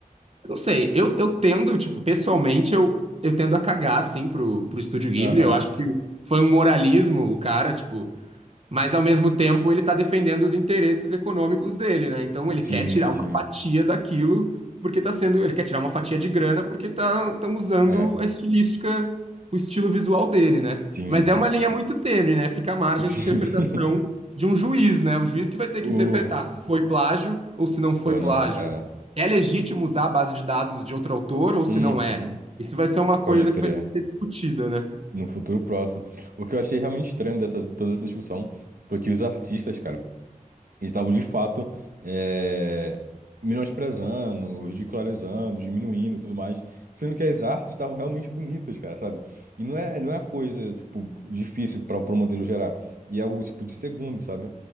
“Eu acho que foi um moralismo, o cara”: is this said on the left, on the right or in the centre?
Right